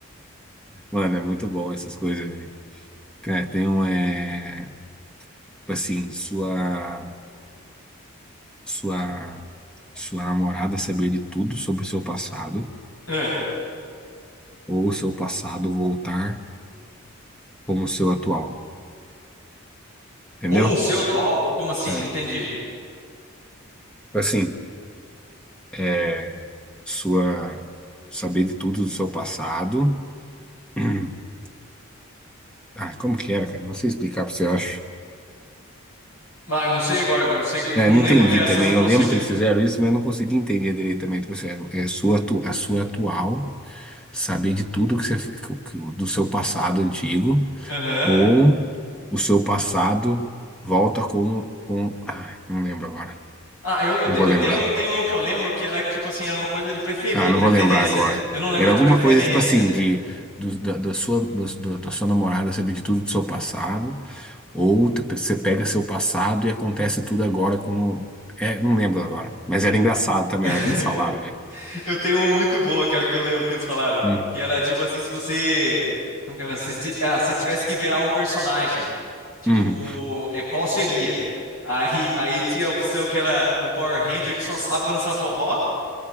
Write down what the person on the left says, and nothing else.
É.
Com o seu atual? Como assim?
Não entendi.
Ah, eu não sei agora. eu Não sei, eu
não
lembro
dessa,
eu não consigo.
Aham.
Ah, eu, eu,
te-
eu
tenho, eu tenho uma que eu lembro que era, tipo assim, era uma coisa de preferir,
preferência.
Eu não lembro
a de
preferência.
Eu
<laughs>
eu tenho uma muito boa, cara, que eu lembro que eles falaram.
Que era, tipo assim, se você. Como que é? Se, ti- ah, se tivesse que virar um personagem. Tipo,
é, qual seria? Aí, aí tinha a opção que era um Power Ranger que só sabe dançar forró